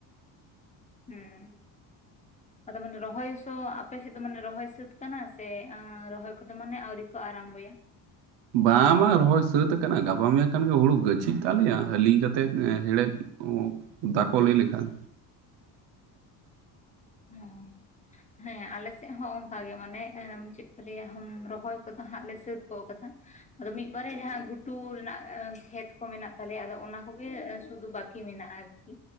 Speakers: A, on the left; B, on the right.
A: ᱦᱩᱸ᱾ ᱟᱫᱚ ᱢᱟᱱᱮ ᱨᱚᱦᱚᱭ ᱥᱚ ᱟᱯᱮᱥᱮᱫ ᱫᱚ ᱢᱟᱱᱮ ᱨᱚᱦᱚᱭ ᱥᱟᱹᱛ ᱠᱟᱱᱟ ᱥᱮ ᱟᱸ ᱨᱚᱦᱚᱭ ᱠᱚᱫᱚ ᱢᱟᱱᱮ ᱟᱣᱨᱤ ᱠᱚ ᱟᱨᱟᱢᱵᱚᱭᱟ᱾
B: ᱵᱟᱝ ᱵᱟᱝ ᱨᱚᱦᱚᱭ ᱥᱟᱹᱛ ᱟᱠᱟᱱᱟ, ᱜᱟᱯᱟ ᱢᱮᱭᱟᱝ ᱠᱷᱟᱱ ᱜᱮ ᱦᱩᱲᱩ ᱜᱟᱹᱪᱷᱤᱜ ᱛᱟᱞᱮᱭᱟ, ᱦᱟᱹᱞᱤ ᱠᱟᱛᱮᱫ ᱦᱮᱲᱮᱫ ᱚᱸ ᱫᱟᱠᱚ ᱞᱟᱹᱭ ᱞᱮᱠᱷᱟᱱ᱾
A: ᱦᱚᱸ᱾ ᱦᱮᱸ ᱟᱞᱮ ᱥᱮᱜ ᱦᱚᱸ ᱚᱝᱠᱟ ᱜᱮ ᱢᱟᱱᱮ ᱮᱸ ᱪᱮᱫ ᱠᱚ ᱞᱟᱹᱭᱟ ᱦᱩᱸᱢ ᱨᱚᱦᱚᱭ ᱠᱚᱫᱚ ᱦᱟᱸᱜ ᱞᱮ ᱥᱟᱹᱛ ᱜᱚᱫ ᱟᱠᱟᱫᱟ᱾ ᱟᱫᱚ ᱢᱤᱫᱵᱟᱨᱮ ᱡᱟᱦᱟᱸ ᱜᱷᱩᱴᱩ ᱨᱮᱱᱟᱜ ᱟᱹ ᱠᱷᱮᱛ ᱠᱚ ᱢᱮᱱᱟᱜ ᱛᱟᱞᱮᱭᱟ ᱟᱫᱚ ᱚᱱᱟ ᱠᱚᱜᱮ ᱥᱩᱫᱩ ᱵᱟᱠᱤ ᱢᱮᱱᱟᱜᱼᱟ ᱟᱨ ᱠᱤ,